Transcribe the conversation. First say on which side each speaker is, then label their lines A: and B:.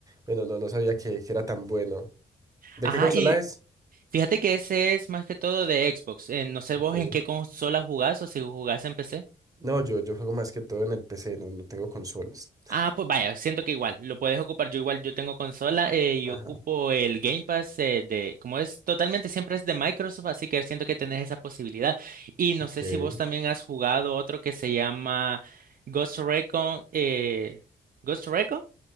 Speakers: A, on the right (about 20°); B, on the right (about 50°).
A: bueno, no, no sabía que, que era tan bueno. ¿De
B: Ajá,
A: qué consola
B: y
A: es?
B: fíjate que ese es más que todo de Xbox. Eh, no sé
A: Ok.
B: vos en qué consola jugás o si jugás en PC.
A: No, yo, yo juego más que todo en el PC, no, no tengo consolas.
B: Ah, pues vaya, siento que igual, lo puedes ocupar. Yo igual, yo tengo consola eh, y
A: Ajá,
B: ocupo el Game Pass eh, de, como es totalmente, siempre es de Microsoft, así que siento que tenés esa posibilidad. Y no
A: ok.
B: sé si vos también has jugado otro que se llama Ghost Recon. Eh, ¿Ghost Recon?